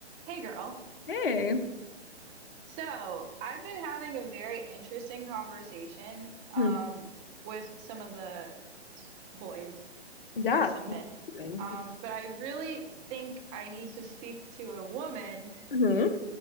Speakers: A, on the right (about 20°); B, on the left (about 55°).
A: Hey girl.
B: Hey.
A: So, I've been having a very interesting conversation um,
B: Mhm.
A: with some of the boys
B: Yeah.
A: or some men.
B: same.
A: Um, but I really think I need to speak to a woman
B: hmm